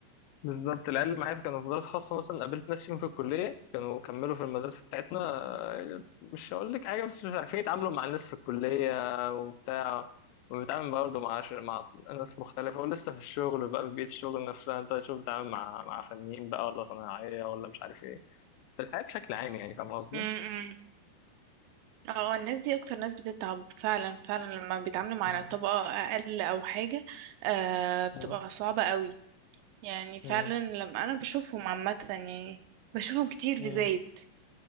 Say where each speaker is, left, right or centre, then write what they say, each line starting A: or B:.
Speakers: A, on the left; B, on the right.
A: بالظبط العيال اللي معايا كانوا في مدارس خاصة مثلا قابلت ناس فيهم في الكلية كانوا كملوا في المدرسة بتاعتنا آه، مش هقول لك حاجة بس مش عارفين يتعاملوا مع الناس في الكلية وبتاع وبيتعامل برضه مع عش- مع ناس مختلفة ولسه في الشغل بقى في بيئة الشغل نفسها انت تشوف بتتعامل مع مع فنيين بقى ولا صناعية ولا مش عارف ايه في الحياة بشكل عام يعني فاهم قصدي؟
B: امم
A: <laughs>
B: اه الناس دي اكتر ناس بتتعب فعلا فعلا لما بيتعاملوا مع
A: مم.
B: طبقة اقل او حاجة آه بتبقى
A: مم.
B: صعبة قوي يعني فعلا
A: مم.
B: لما انا بشوفهم عامة يعني بشوفهم كتير في
A: مم.
B: زايد